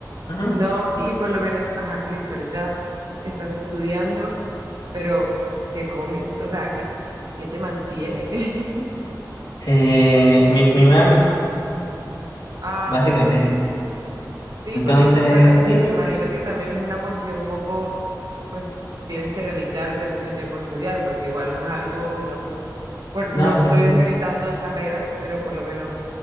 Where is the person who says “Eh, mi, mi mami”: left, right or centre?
Left